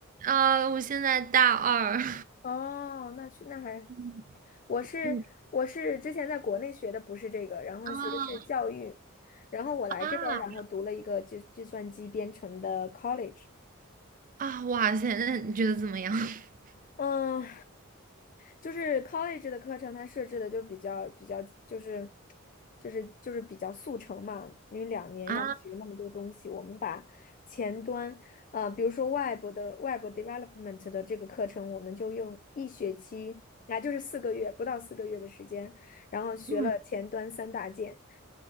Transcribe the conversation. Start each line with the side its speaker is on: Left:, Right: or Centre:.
Right: 啊，我现在大二。<laughs>
Left: 哦，那去那还，
Right: 嗯
Left: 我是我是之前在国内学的不是这个，
Right: 嗯
Left: 然后学的是教育，
Right: 啊
Left: 然后我来这边儿，
Right: 啊
Left: 然后读了一个计计算机编程的 college。
Right: 啊！哇塞，那你觉得怎么样？<laughs>
Left: 嗯，就是 college 的课程，它设置的就比较比较，就是就是就是比较速成嘛，因为两年要学那么多东西，
Right: 啊，
Left: 我们把前端，呃，比如说 Web 的 Web development 的这个课程，我们就用一学期，啊，就是四个月，不到四个月的时间，然后学了前端三大件，
Right: 嗯，